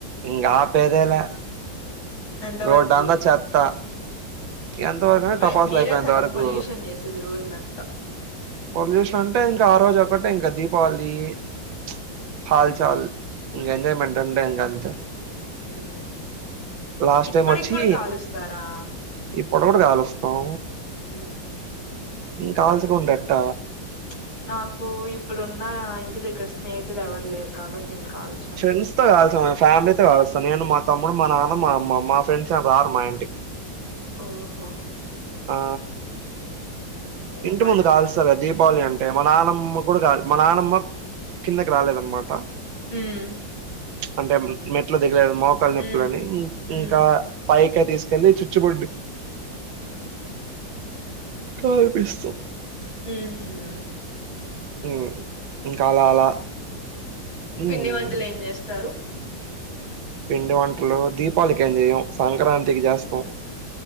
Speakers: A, on the right; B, on the left.
A: ఇంగ ఆపేదేలే
B: ఎంత
A: రోడ్డంతా
B: వరకు
A: చెత్త ఎంత వరకు
B: నువ్వే
A: టపాస్లు
B: మీరే
A: ఐపోయంత
B: సగం
A: వరకు
B: పొల్యూషన్ చేసేది రోడ్నంతా
A: పొల్యూషన్ అంటే ఇంకా ఆ రోజు ఒక్కటే ఇంకా దీపావళి చ్ హాల్
B: హ్మ్
A: చాల్ ఇంగ ఎంజాయ్మెంట్ అంటే ఇంగ అంతే
B: హ్మ్
A: లాస్ట్
B: ఇప్పటికి
A: టైమ్ వచ్చి
B: కూడా కాలుస్తారా
A: ఈ పుట పుట కాలుస్తం
B: హు హమ్
A: ఉం కాల్చకుండ ఎట్ట
B: చ్ నాకు ఇప్పుడున్న ఇంటి దగ్గర స్నేహితులు ఎవరు లేరు కాబట్టి నేను కాల్చను
A: ఫ్రెండ్స్ తో కాల్చం ఫ్యామిలీతో కాలుస్త నేను మా తమ్ మా నాన్న మా అమ్మ మా ఫ్రెండ్స్ ఏ రారు మా ఇంటికి
B: ఓహో
A: ఆ
B: హ్మ్. ఏమో
A: ఇంటి
B: మా
A: ముందు
B: ఇంట్లో
A: కాలుస్తారు
B: అట్లుంది
A: గా దీపావళి అంటే మా నానమ్మ కూడా కా మా నానమ్మ కిందకి రాలేదన్నమాట
B: ఉం
A: చ్ అంటే మెట్లు దిగలేదు మోకాలు నొప్పులని
B: ఉమ్ ఉమ్
A: ఇంకా పైకే తీసుకెళ్లి చు చేపండి కాల్పిస్తం
B: హూ హమ్
A: ఉం ఇంకా అలా అలా
B: పిండి
A: మ్మ్
B: వంటలు ఏం చేస్తారు
A: పిండి వంటలు దీపావలికి ఏమ్ జేయం సంక్రాంతికి చేస్తాం